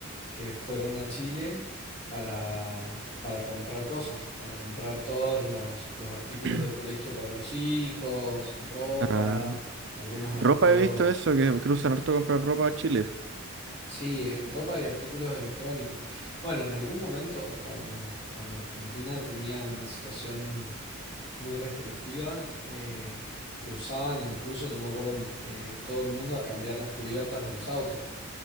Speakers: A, on the left (about 25°); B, on the right (about 55°).
A: que fueron a Chile para, para comprar cosas, para comprar todos los, los artículos
B: <clears throat>
A: del colegio para los hijos, ropa,
B: Ah,
A: algunos artículos,
B: ropa he visto eso, que cruzan harto comprar ropa a Chile.
A: sí, ropa y artículos electrónicos. Bueno, en algún momento cuando, cuando Argentina tenía una situación muy restrictiva. eh, cruzaban incluso, yo me acuerdo, eh, todo el mundo a cambiar las cubiertas de los autos.